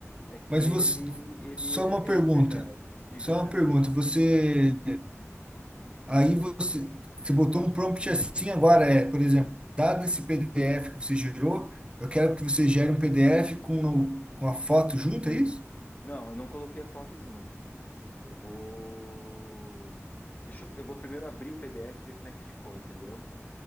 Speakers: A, on the left; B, on the right.
A: é que
B: Mas
A: ele
B: você,
A: ele
B: só
A: é,
B: uma pergunta,
A: é hiper leve. Diga,
B: só uma
A: cara.
B: pergunta. Você Aí você, você botou um prompt assim agora, é, por exemplo, dado esse PDF que você gerou, eu quero que você gere um PDF com, o- com a foto junto, é isso?
A: Não, eu não coloquei a foto junto. Eu vou Deixa eu, eu vou primeiro abrir o PDF e ver como é que ficou, entendeu?